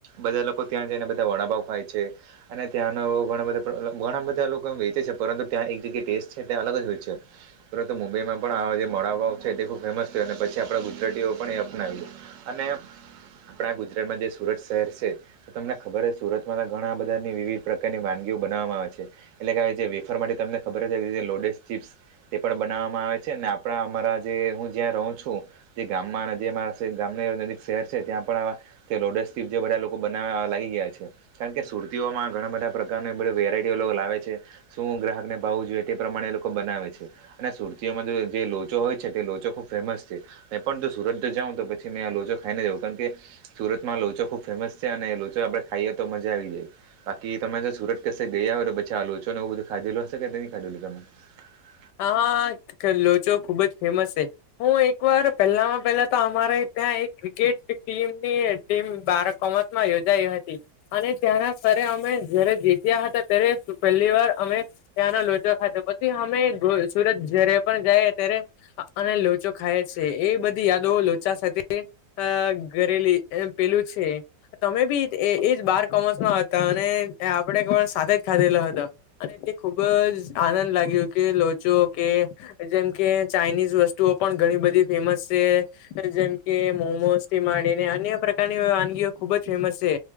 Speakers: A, on the right; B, on the left.
A: બધા લોકો ત્યાં જઈને બધા વડાપાવ ખાય છે છે અને ત્યાંનો ઘણા બધા ઘણા બધા લોકો વેચે છે પરંતુ ત્યાં એક જગ્યા ટેસ્ટ છે ત્યા અલગ જ હોય છે તરત મુંબઈ માં પણ આ જે મડાવાઓ છે તે ખુબ ફેમસ થયું અને પછી આપડા ગુજરાતીઓ પણ એ અપનાવી લ અનેને આપણા ગુજરાતમાં જે સુરત શહેર છે તો તમને ખબર છે સુરતમાં ઘણા બધાની વિવિધ પ્રકારની વાન જી બનવા માં આવે છે એટલે કે વેફર માટે તમને ખબર ચપ્ પણ બનાવવામાં આવે છે આપણા અમારા જે હું જ્યાં રહું છું જે ગામમાં જે ગામ નજીક શહેર છે ત્યાં પણ લોડસ જે બધા લોકો બનાવ લી ગયા છે કારણ કે સુરતીઓમાં ઘણા બધા પ્રકારનું એ બધી વેરાયટીઓ લોકો લાવે છે શું ગ્રાહકને ભાવું જોઈએ તે પ્રમાણે એ લોકો બનાવે છે અને સુરતીઓમાં તો જે લોચો હોય છે તે લોચો ખૂબ ફેમસ છે મે પણ સુરત જાઉં તોછીં આ લોચો ખાઈને જાઉં કારણ કે સુરતમાં લોચો ખૂબ ફેમસ છે અને લોચો આપણે ખાઈએ તો તો મજા આવી જાય બાકી તમે જો સુરત કશે ગયા હો બ પછી આ લોચો નેું બધુંાધેું હશે કે ખાધેલું <unintelligible>
B: હા લોચો ખુબ જ ફેમસ છે હું એક વાર પહેલામાં પહેલા તો અમારે ત્યાં એક ક્રિકેટ ટીમની ટીમ બારકોમતમાં યોજાઈ હતી અને ત્યાંના અમે જારે જીત્યા હતા ત્યારે પહેલી વાર અમે ત્યાંના લોચવા ખાધો પછી અમે સુરત જય્યારે પણ જાય ત્યારે અને લોચો ખાય છે એ બધી યાદો લોચા સાથે અ ઘરેલી પેલું છે તમે બી એજ બાર કોમર્સમાં હતા અને આપડે પણ સાથે જ ખાધેલો હતો અને તે ખુબ જ આનંદ લાગ્યો કે લો કે જેમ કે ચાઇનીઝ વસ્તુઓ પણ ઘણી બધી ફેમસ છે જેમકે તે મોમોજ થી માંડીને અન્ય પ્રકારની વાનગીઓ ખુબ જ ફેમસ છે